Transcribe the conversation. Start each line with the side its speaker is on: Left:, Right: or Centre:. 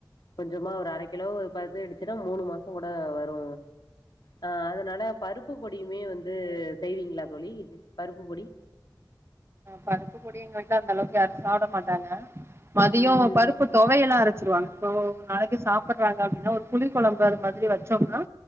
Left: கொஞ்சமா ஒரு அரை கிலோ பத தெரொ மூணு மாசங்கூட வரு அ அதனால பருப்பு பொடியுமே வந்து செய்வீங்களா தோழி பருப்பு பொடி
Right: பருப்பு போடி எங்க வீட்ல அந்த அளவுக்கு யாரு சாப்ட மாட்டாங்க மதியோ
Left: ம்
Right: பருப்பு தொவையல்லா அரைச்சிருவாங்க இப்போ நாளைக்கே சாப்ட்றாங்க அப்டின்னா ஒரு புளி குழம்பு அது மாதிரி வச்சோம்னா